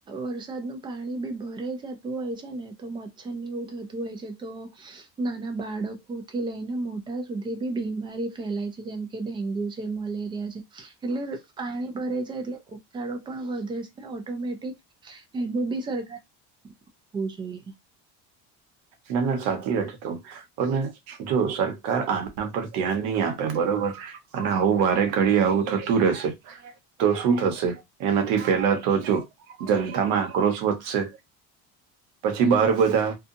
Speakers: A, on the right; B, on the right.
A: વરસાદનુંું પાણી બી ભરાય જતું હોય હો ને તો મચ્છર ને એવું થતું હોય છે તો નાના બાળક થી લઈને મોટા સુધી બી બીમારી ફેલાય છે જેમ કે ડેન્ગ્યુ છે મલેરિયા છે એટલે પાણી ભરા જાય એટલે રચાડો પણ વધે છે ઓટોમેટિક એનું બી સરકાર હોવું જોઈએ
B: ના ના સાચી વખતો અને જો સરકાર આના પર ધ્યાન નહી આપે બરોબર અને આવું વારે ઘડી આવું થતું રહેશે તો શું થશે એનાથી પહેલા તો જો જનતામાં આક્રોશ વધશે પછી બહાર બધા